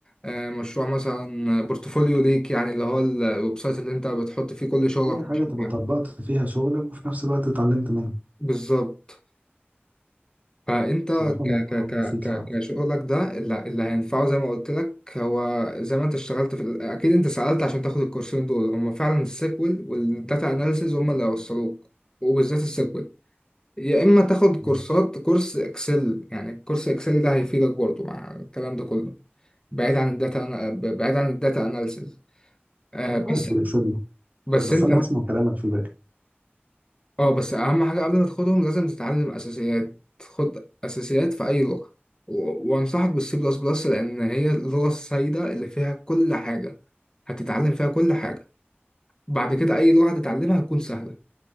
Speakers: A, on the left; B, on the right.
A: آه، مشروع مثلا بورتفوليو ليك يعني اللي هو الويب سايت اللي انت بتحط فيه كل شغلك
B: اي حاجه
A: وكده.
B: تبقى طبقت فيها شغلك وفي نفس الوقت اتعلمت منها
A: بالظبط فانت ك
B: بصراحه الموضوع
A: ك
B: مفيد
A: ك ك
B: فعلا
A: كشغلك ده اللي, اللي هينفعه زي ما قلت لك هو زي ما انت اشتغلت في ال- اكيد انت سألت عشان تاخد الكورسين دول هم فعلا السيكوال والداتا اناليسيز هم اللي هيوصلوك وبالذات السيكوال يا اما تاخد كورسات
B: مم.
A: كورس اكسل يعني كورس اكسل ده هيفيدك برضه مع الكلام ده كله بعيد عن الداتا بعيد عن الداتا اناليسيز آه،
B: انا
A: بس
B: كويس في الاكسل
A: بس
B: بس
A: انت
B: انا هسمع كلامك في بالي
A: اه بس اهم حاجه قبل ما تاخدهم لازم تتعلم اساسيات خد اساسيات في اي لغه و- وانصحك بالسي بلس بلس لان هي اللغه السائده اللي فيها كل حاجه هتتعلم فيها كل حاجه بعد كده اي لغه هتتعلمها هتكون سهله